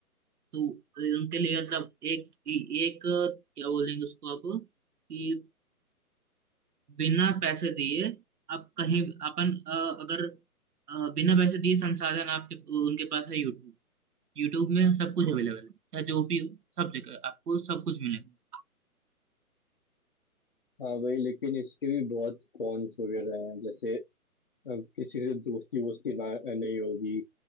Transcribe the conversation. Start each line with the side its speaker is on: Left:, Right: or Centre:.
Right: तो उनके लिए मतलब एक एक क्या बोलेंगे उसको आप कि बिना पैसे दिए आप कहीं अपन अ, अगर अ, बिना पैसे दिए संसाधन आपके उनके पास है यूट्यूब यूट्यूब में सब कुछ अवेलेबल है चाहे जो भी हो सब जगह आपको सब कुछ मिलेगा
Left: हाँ वही लेकिन इसके भी बहुत कॉन्स वगैरह हैं जैसे अ, किसी से दोस्ती वोस्ती ना नहीं होगी